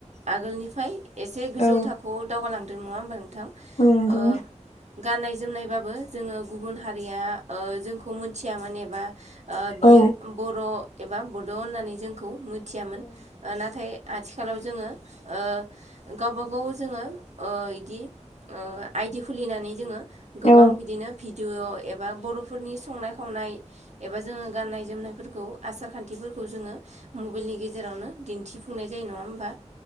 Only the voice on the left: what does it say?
औ
औ नंगौ
औ
औ